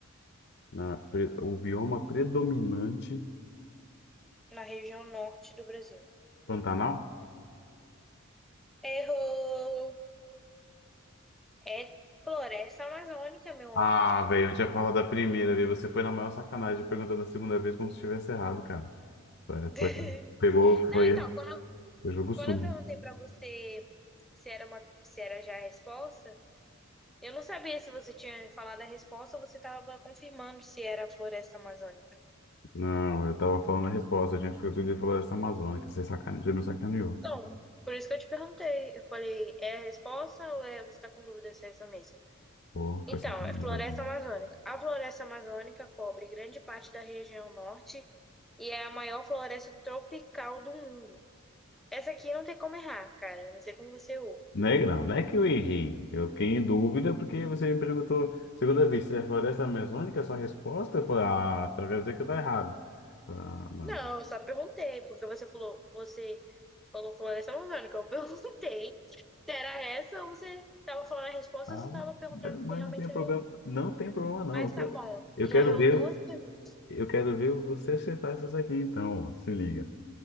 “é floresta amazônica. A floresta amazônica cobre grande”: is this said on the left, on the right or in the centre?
Centre